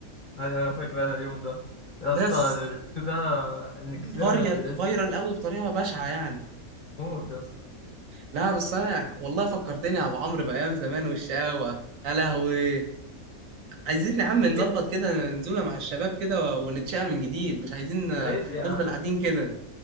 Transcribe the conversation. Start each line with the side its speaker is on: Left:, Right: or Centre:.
Left: ايوه ايوه فاكر انا اليوم ده يا اسطى
Right: بس
Left: الفيديو ده ان الجزيره
Right: فاريال
Left: نزلت
Right: فايرال قوي بطريقه بشعه يعني
Left: موت يا اسطى
Right: لا بس انا والله فكرتني يا ابو عمرو بايام زمان والشقاوه يا لهوي عايزين يا عم نظبط
Left: فاكر
Right: كده نزولة مع الشباب كده ونتشقى من جديد مش عايزين آه،
Left: يا ريت يا عم
Right: نفضل قاعدين كده